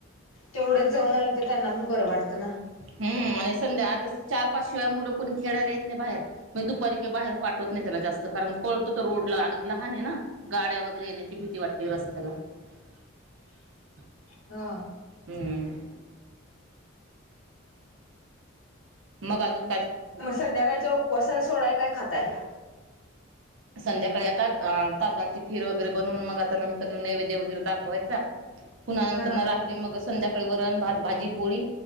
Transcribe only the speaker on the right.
हम्म संध्या आता चार पाच शिवाय मुलं कोणी खेळायला येत नाही बाहेर मग दुपारी बाहेर पाठवत नाही त्याला जास्त कार पळतो तर रोड ला अजून लहान आहे ना गाड्या वगैरे येण्याची भीती वाटते रस्त्याला <inaudible>
हम्म मग आजून
संध्याकाळी आता तांदळाची खीर वगैरे बनवून मग आता नंतर नैवेद्य वगैरे दाखवायचा. पुन्हा नंतर
न रात्री मग संध्याकाळी वरण भात भाजी पोळी.